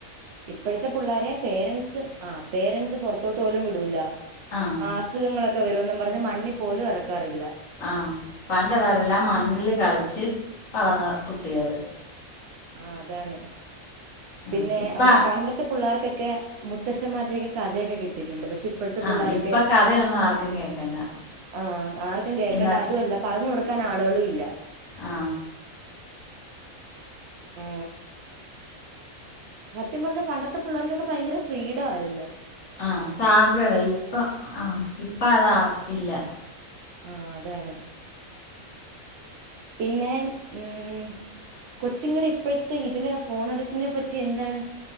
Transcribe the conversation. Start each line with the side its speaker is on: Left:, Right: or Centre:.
Right: ഇപ്പഴത്തെ പുള്ളേരെ പേരൻറ്സ് ആ... പേരൻറ്സ് പുറത്തോട്ട് പോലും വിടൂല്ല
Left: ആഹ്
Right: ആ അസുഖങ്ങളൊക്.... ഒക്കെ വരൂന്നും പറഞ്ഞ് മണ്ണി പോലും ഇറക്കാറില്ല
Left: ആഹ് പണ്ടോള്ളോരെല്ലാം മണ്ണില് കളിച്ച് വളർന്ന കുട്ടികള്
Right: ആ അതാണ്
Left: ആ
Right: പിന്നെ
Left: ഇപ്പ
Right: അ പണ്ടത്തെ പിള്ളേർക്കൊക്കെ മുത്തശ്ശൻമാർ.. തേക് കഥയൊക്കെക്കിട്ടീട്ടുണ്ട് പക്ഷെ ഇ... ഇപ്പോഴത്തെ പുള്ളേർക്
Left: ആ ഇപ്പ കഥയൊന്നും ആർക്കും കേക്കണ്ട
Right: ആ ആർക്കും കേക്കണ്ട
Left: ഇന്ന
Right: അതുംഅല്ല പറഞ്ഞു കൊടുക്കാൻ ആളുകളും ഇല്ല
Left: ആ
Right: ആ സത്യം പറഞ്ഞാ പണ്ടത്തെ പിള്ളേർക്കൊക്കെ ഭയങ്കര ഫ്രീഡം ആര്ന്ന്
Left: ആ സാതന്ത്ര ഉണ്ടായി ഇപ്പൊ ആ ഇപ്പ അത് ആർക്കുഇല്ല
Right: ആ അതാണ് പിന്നെ ഉം കൊച്ചിങ്ങുടെ ഇപ്പോഴത്തെ ഇതിലെ ഫോൺ അഡിറ്റിനെ പറ്റി എന്താണ്